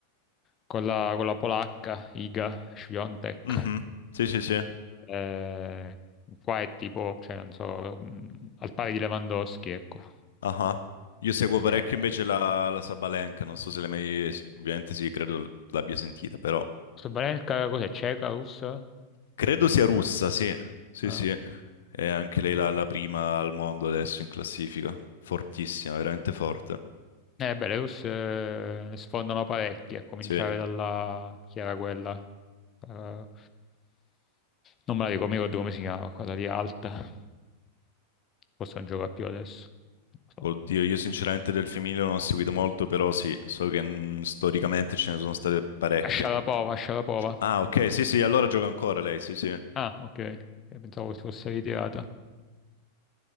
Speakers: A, on the left (about 25°); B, on the left (about 60°).
A: con la, con la polacca Iga Świątek.
B: Mhm. Sì, sì, sì.
A: Eh, qua è tipo, cioè, non so, mm, al pari di Lewandowski, ecco.
B: Ah, Io seguo parecchio
A: Eh,
B: invece la, la Sabalenka, non so se l'hai mai... Ovviamente sì, credo l'abbia sentita, però...
A: Sabalenka cos'è? Ceca, russa?
B: Credo sia russa, sì. Sì,
A: Ah.
B: sì. È anche lei la, la prima al mondo adesso in classifica. Fortissima, veramente forte.
A: Eh, Belarus eh, ne sfondano parecchi, a cominciare
B: Sì.
A: dalla... chi era quella? Eh, non me la ricordo, mi ricordo come si chiamava, quella lì alta. Forse non gioca più adesso. Non lo so.
B: Oddio, io sinceramente del femminile non ho seguito molto, però sì, so che mm, storicamente ce ne sono state parecchie.
A: A Sharapova, a Sharapova.
B: Ah, ok, sì, sì, allora gioca ancora lei, sì, sì.
A: Ah, ok, Eh, pensavo si fosse ritirata.